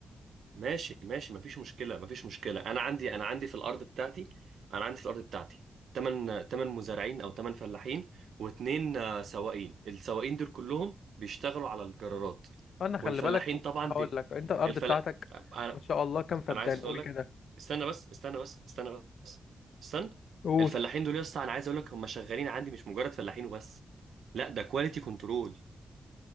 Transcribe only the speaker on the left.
انا خلي
بالك
هقول
لك انت الارض
بتاعتك
ما شاء الله كام فدان
قول
كده
قول